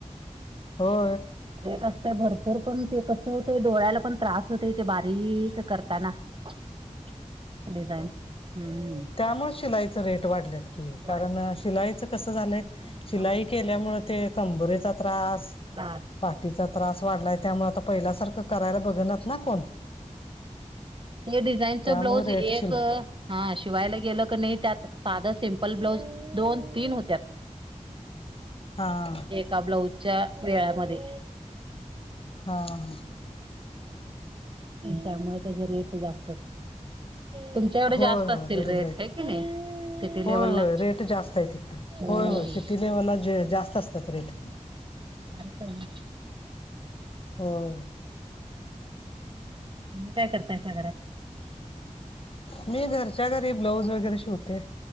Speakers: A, on the left; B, on the right.
A: हो.
B: े असत भरपूर पण ते कसं होतय डोळ्याला पण त्रास होतय ते बारीक करताना का हम्म.
A: त्यामुळं शिलाईचं रेट वाढल्यात की कारण
B: वाढल्यात
A: शिलाईचं कसं झालं आहे. शिलाई
B: हा.
A: केल्यामुळे ते कंबरेचा त्रास
B: त्रास
A: पाटचा त्रास वाढलाय त्यामुळे आता पहिल्यासारखं. करायला बघनात ना कोण
B: हे डिझाईनच
A: त्यामुळे
B: ब्लाऊज
A: रेट
B: एक
A: शिला
B: हा शिवायला गेलं क नाही त्यात साधं सेम ल ब्लाऊज दोन तीन होत्या.
A: हा.
B: का ब्लाऊजच्या वेळामध्ये
A: हा हा.
B: त्यामुळे त्याचे रेट जास्त तुमच्याकडे
A: होय
B: जास्त
A: होय
B: असतील
A: बरोबर
B: रेट आहे की नाही. सिटी
A: होय
B: लेवल
A: होय
B: ला
A: रेट जास्त आहे तिकडं
B: हम्म.
A: होय होय सिटी लेव्हलला जे जास्त असतात रेट
B: बरला.
A: हम.
B: काय करताय सागरात
A: मी घरच्या घरी ब्लाऊज वगैरे शिवते.